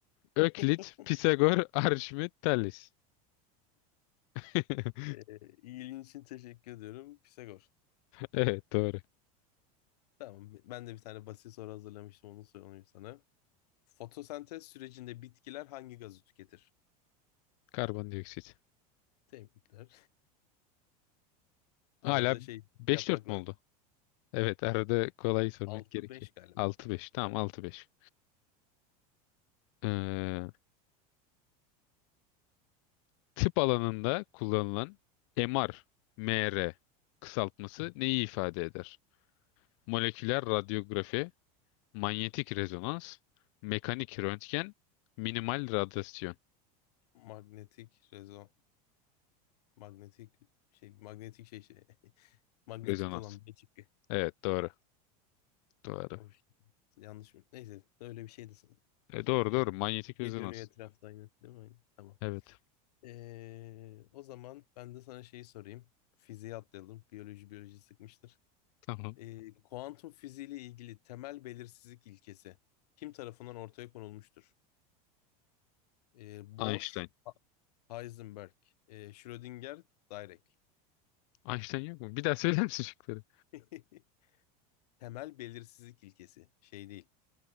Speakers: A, on the left; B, on the left.
A: <laughs>
B: Öklit, Pisagor, Arşimet, Thales. <laughs>
A: Ee, ilgin için teşekkür ediyorum. Pisagor.
B: Evet doğru.
A: Tamam. Ben de bir tane basit soru hazırlamıştım. Onu sorayım sana. Fotosentez sürecinde bitkiler hangi gazı tüketir?
B: Karbondioksit.
A: Tebrikler. <laughs> Arada
B: Hala
A: şey
B: beş
A: yapmak
B: dört
A: lazım.
B: mü oldu? Evet arada kolay sormak
A: Altı
B: gerekiyor.
A: beş galiba.
B: Altı beş. tamam
A: Evet.
B: altı beş. Ee, tıp alanında kullanılan MR, MR kısaltması
A: <laughs>
B: neyi ifade eder? moleküler radyografi, manyetik rezonans, mekanik röntgen, minimal radyasyon
A: Magnetik rezon. Magnetik şey. Magnetik şey şey. <laughs> Magnetikli
B: rezonans.
A: olan bir çıktı.
B: Evet doğru. Doğru.
A: O şey. Yanlış mı? Neyse. Öyle bir şeydi sanırım.
B: E,
A: Ee,
B: doğru doğru. Manyetik
A: şey
B: rezonans.
A: dönüyor etrafta aynı. Değil mi? Aynen. Tamam.
B: Evet.
A: Ee, o zaman ben de sana şeyi sorayım. Fiziğe atlayalım. Biyoloji biyoloji sıkmıştır.
B: Tamam.
A: Ee, kuantum fiziği ile ilgili temel belirsizlik ilkesi kim tarafından ortaya konulmuştur? Ee, Bohr,
B: Einstein.
A: Ha- Heisenberg, ee, Schrödinger, Dirac.
B: Einstein yok mu? Bir daha söyler misin şıkları?
A: <laughs> Temel belirsizlik ilkesi şey değil.